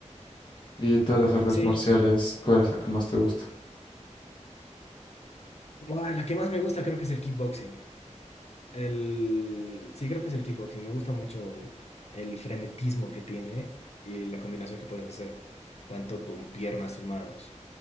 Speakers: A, on the left (about 40°); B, on the left (about 60°).
A: Y de todas las artes
B: Sí,
A: marciales, ¿cuál es la que más te gusta?
B: Buah, la que más me gusta creo que es el kickboxing. El... Sí, creo que es el kickboxing. Me gusta mucho el frenetismo que tiene y la combinación que puedes hacer, tanto con piernas y manos.